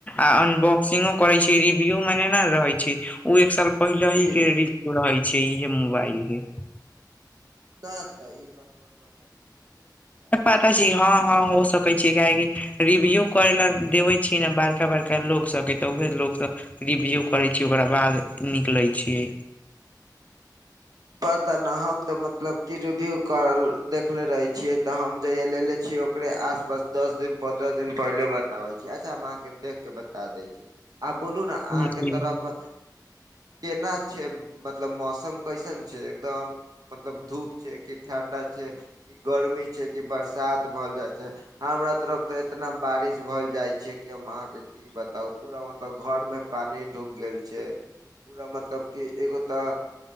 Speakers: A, on the left; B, on the right.
A: आ अनबॉक्सिंगो कहै छी रिव्यू में नै न रहै छी। उ एक साल पहिलही
B: जी
A: के
B: जी
A: रील रहै छी इहे मोबाइल के।
B: <unintelligible> देखू ध्यान
A: पाठा
B: से
A: छी
B: एक
A: हाँ-
B: साल पहिले
A: हांँ
B: के
A: हो
B: न
A: सकै
B: रहे
A: छी काहेकि रिव्यू करै ला देबै छी न बड़का- बड़का लोक सबके त उहे लोक सब रिव्यू करै छियै ओकरा बाद निकलै छियै।
B: पता न हम त मतलब की रिव्यू करल देखले रहै छियै, त हम जहिया लेलेे छियौ ओकरे आस पास दस दिन, पंन्द्रह दिन पहिले बताबै छियै। अच्छा, हम अहाँके देख के बता दै छी। आब बोलू न
A: जी
B: अहाँके
A: जी
B: तरफ केना छै मतलब मौसम कैसन छै एकदम मतलब धूप छै कि ठण्डा छै कि गर्मी छै कि बरसात भल जाइ छै। हमरा तरफ त एतना बारिश भल जाइ छै कि हम अहाँके की की बताउ पूरा मतलब घर में पानी ढ़ूक गेल छै। पूरा मतलब कि एगो त